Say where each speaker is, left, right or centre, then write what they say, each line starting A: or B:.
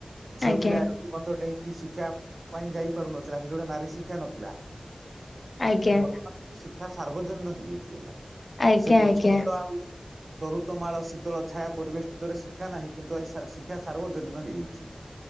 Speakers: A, on the right; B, on the left.
A: ଝିଅ
B: ଆଜ୍ଞା
A: ପିଲା ଏରତି ବନ୍ଧ ଡେଇଁକି ଶିକ୍ଷା ପାଇଁ ଯାଇପାରୁନଥିଲା ସେତେବେଳେ ନାରୀ ଶିକ୍ଷା ନଥିଲା।
B: ଆଜ୍ଞା
A: ବର୍ତ୍ତମାନ କିନ୍ତୁ ଶିକ୍ଷା ସାର୍ବଜନୀନ ହେଇଯାଇଛି ଆଜ୍ଞା
B: ଆଜ୍ଞା
A: ସେ ଗଛ
B: ଆଜ୍ଞା
A: ମୂଳ ଆଉ ତରୁତମାଳ ଶୀତଳ ଛାୟା ପରିବେଶଟିିତରେ ଶିକ୍ଷା ନାହିଁ କିନ୍ତୁ ଆଜି ଶିକ୍ଷା ସାର୍ବଜନୀନ ହେଇଯାଇଛି।